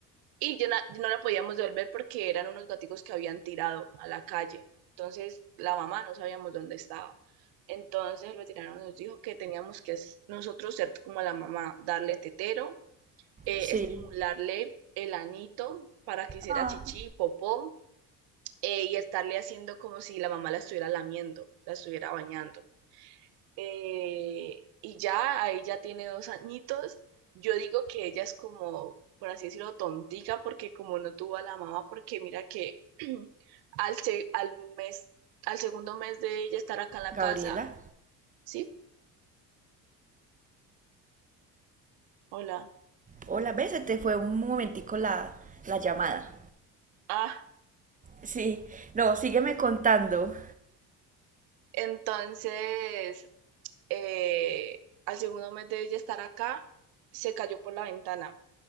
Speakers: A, on the right (about 75°); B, on the right (about 20°).
A: y yo, na- no la podíamos devolver porque eran unos gaticos que habían tirado a la calle. Entonces la mamá no sabíamos dónde estaba. Entonces el veterinario nos dijo que teníamos que s- nosotros ser como la mamá, darle tetero, eh,
B: Sí.
A: estimularle el anito para que hiciera
B: Ah,
A: chichi, popó, eh, y estarle haciendo como si la mamá la estuviera lamiendo, la estuviera bañando eh, y ya, ahí ya tiene dos añitos. Yo digo que ella es como, por así decirlo, tontica, porque como no tuvo a la mamá, porque mira que <clears throat> al, se- al mes, al segundo mes de ella estar acá en la
B: Gabriela.
A: casa, ¿sí? Hola.
B: Hola, ¿ves? Se te fue un momentico la, la llamada.
A: Ah,
B: Sí, no, sígueme contando.
A: entonces, eh, al segundo mes de ella estar acá, se cayó por la ventana.